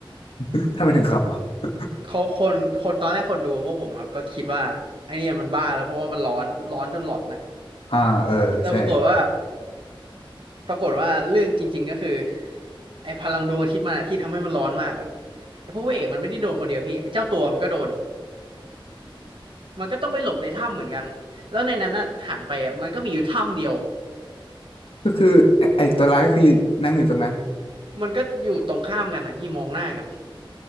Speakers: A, on the left (about 80°); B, on the right (about 65°).
A: <laughs> ทำไมถึงขับอ่ะ
B: เขาคนคนตอนแรกคนดูพวกผมครับก็คิดว่าไอเนี่ยมันบ้าแล้วเพราะว่ามันร้อนร้อนจนหลอดน่ะ
A: อ่าเออใช่
B: <laughs> แต่ปรากฏว่า
A: <laughs>
B: ปรากฏว่าเรื่องจริงๆก็คือไอพลังดวงอาทิตย์มันอะที่ทำให้มันร้อนมากอะไอพวกพระเอกมันไม่ได้โดนคนเดียวพี่ไอเจ้าตัวมันก็โดนมันก็ต้องไปหลบในถ้ำเหมือนกันแล้วในนั้นน่ะหันไปอะมันก็มีอยู่ถ้ำเดียว
A: ก็คือไอไอ้ตัวร้ายคือนั่งอยู่ตรงนั้น
B: มันก็อยู่ตรงข้ามกันนะพี่มองหน้ากัน